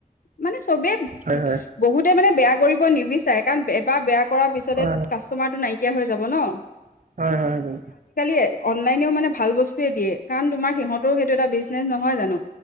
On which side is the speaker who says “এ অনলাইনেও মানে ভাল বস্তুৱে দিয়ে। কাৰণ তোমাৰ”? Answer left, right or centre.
Left